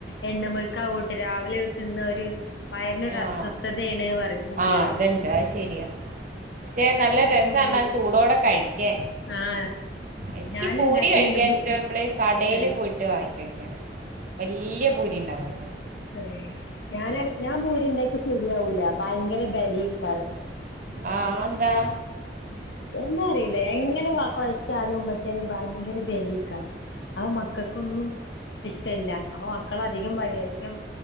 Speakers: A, on the left; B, on the right.
A: എണ്ണമഴുക്കാവോട്ട് രാവിലെതിന്നാൽ ഒരു വയറിന് ഒരു
B: ആഹ്
A: അസ്വസ്ഥതയണ പറയും കുട്ടികള്
B: ആഹ് അതുണ്ട് അത് ശരിയാ പക്ഷെ നല്ല
A: അപ്പൊ
B: രസണ്
A: പിന്നെ ഭൂരി
B: ആ ചൂടോടെ കഴിക്കാൻ
A: ആഹ്
B: എനിക്ക്
A: ഞാൻ
B: പൂരി
A: ഉണ്ടാക്കലുണ്ട്
B: കഴിക്കാൻ
A: ഭൂ
B: ഇഷ്ടമ്പള് കടൽ
A: ഏഹ്
B: പോയിട്ട് വാങ്ങി കഴിക്കാന ഇഷ്ടം വല്യ പൂരി ഉണ്ടാവല്ലോ
A: മ് ഞാനട
B: അതെ
A: ഞാൻ ഭൂരി ഇണ്ടാക്കിയ ശരിയാവൂല ഭയങ്കര ബെലെക്കാരം
B: ആഹ് അതെന്താ
A: എന്താ അറിയില്ല എങ്ങനെ വ ക്കെയ ചാലും പക്ഷെ അത് ഭയങ്കര ബലക്കാരം അപ്പം മക്കൾക്കൊന്നും ഇഷ്ടല്ല അപ്പൊ മക്കളൾ അധികം പറയും അധികം